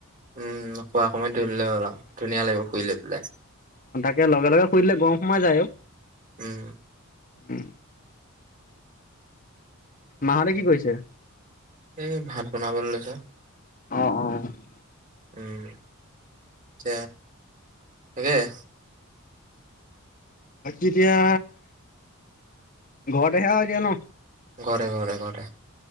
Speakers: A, on the right; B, on the left.
A: উম খোৱা কমাই <unintelligible> ধুনীয়া লাগিব শুই লৈ পেলাই।
B: এতিয়া লগে লগে শুই দিলে গৰম সোমাই যায় আৰু।
A: উম।
B: উম। মাহতে কি কৰিছে?
A: এ ভাত বনাবলৈ লৈছো।
B: অ অ
A: উম আচ <inaudible>
B: বাকী এতিয়া ঘৰতেহে আৰু এতিয়া ন
A: ঘৰে ঘৰে ঘৰে